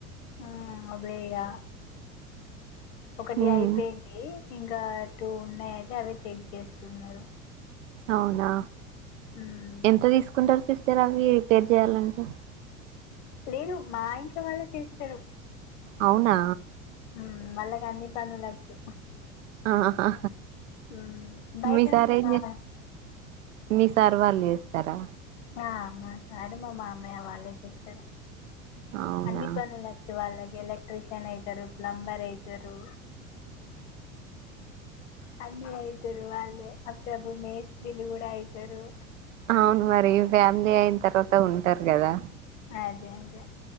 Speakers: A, on the left; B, on the right.
A: హ్మ్మ్ అదేఇగా ఒకటి
B: ఉమ్
A: అయిపోయింది ఇంకా టూ ఉన్నాయి అయితే అవే చెక్ చేస్తున్నారు
B: అవునా
A: మ్మ్.
B: ఎంత తీసుకుంటారు సిస్టర్ అవి రిపేర్ చెయాలంటే
A: లేదు మా ఇంట్లో వాళ్ళే చేస్తారు
B: అవునా
A: హ్మ్మ్ వాళ్ళకి అన్ని పనులు వచ్చు
B: ఆహా
A: హ్మ్మ్ బయటున్చి
B: మీ సార్ ఏం
A: నానా
B: చే మీ సర్వాళ్లు చేస్తారా
A: ఆ మా సార్ మా మామయ్య వాళ్ళే చేస్తారు
B: అవునా
A: అన్ని పనులచ్చు వాళ్ళకి ఎలక్ట్ర్రిషియన్ అయితారు ప్లంబర్ అయితారు అన్ని అయి ఔతారు వాల్లే అప్పుడప్పుడు మెస్రిల్లు కూడా అయితారు
B: అవును మరి ఫ్యామిలీ అయిన తర్వాత ఉంటారు కదా
A: ఆ అదే అదే